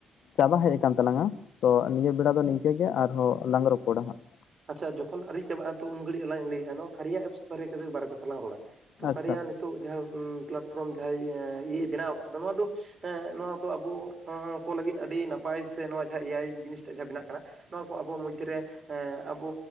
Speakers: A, on the left (about 60°); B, on the right (about 30°).
A: ᱪᱟᱵᱟ ᱦᱮᱡ ᱟᱠᱟᱱ ᱛᱟᱞᱟᱝᱼᱟ ᱾ ᱛᱚ ᱱᱤᱭᱟᱹ ᱵᱮᱲᱟ ᱫᱚ ᱱᱤᱝᱠᱟᱹ ᱜᱮ ᱟᱨᱦᱚᱸ ᱞᱟᱝ ᱨᱚᱯᱚᱲᱟ ᱦᱟᱸᱜ ᱾
B: ᱟᱪᱪᱷᱟ ᱡᱚᱠᱷᱚᱱ ᱟᱹᱣᱨᱤ ᱪᱟᱵᱟᱜᱼᱟ ᱛᱚ ᱩᱱ ᱜᱷᱟᱹᱲᱤᱡ ᱞᱟᱝ ᱞᱟᱹᱭᱮᱫᱼᱟ ᱱᱚᱣᱟ ᱠᱟᱨᱭᱟ ᱮᱯᱥ ᱵᱟᱨᱮ ᱛᱮᱜᱮ ᱵᱟᱨ ᱠᱟᱛᱷᱟ ᱞᱟᱝ ᱨᱚᱲᱟ ᱾ ᱛᱚ
A: ᱟᱪᱪᱷᱟ
B: ᱠᱟᱨᱭᱟ ᱱᱤᱛᱚᱜ ᱡᱟᱦᱟᱸ ᱩᱸ ᱯᱞᱟᱴᱯᱷᱨᱚᱢ ᱡᱟᱦᱟᱸᱭ ᱮᱸ ᱤᱭᱟᱹᱭ ᱵᱮᱱᱟᱣ ᱟᱠᱟᱫ ᱫᱚ ᱱᱚᱣᱟ ᱫᱚ ᱼᱼ ᱦᱮᱸ ᱱᱚᱣᱟ ᱫᱚ ᱟᱵᱚ ᱟᱸ ᱠᱚ ᱞᱟᱹᱜᱤᱫ ᱟᱹᱰᱤ ᱱᱟᱯᱟᱭ ᱥᱮ ᱱᱚᱣᱟ ᱡᱟᱦᱟᱸ ᱮᱭᱟᱭ ᱡᱤᱱᱤᱥ ᱴᱟᱜ ᱡᱟᱦᱟᱸ ᱵᱮᱱᱟᱜ ᱠᱟᱱᱟ ᱼᱼ ᱱᱚᱣᱟ ᱠᱚ ᱟᱵᱚ ᱢᱚᱫᱽᱫᱷᱮ ᱨᱮ ᱮᱸ ᱟᱵᱚ